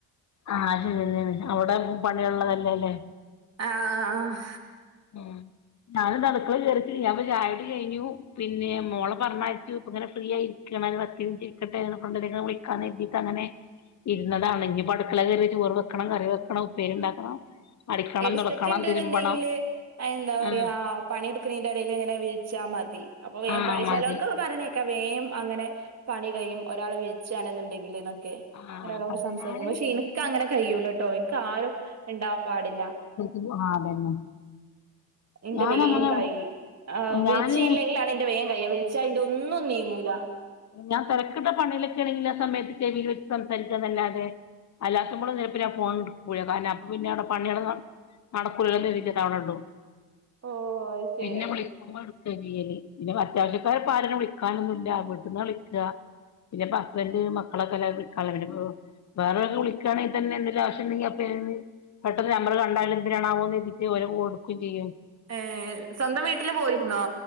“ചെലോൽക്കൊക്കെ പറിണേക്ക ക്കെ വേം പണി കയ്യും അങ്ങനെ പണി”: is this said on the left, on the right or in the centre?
Right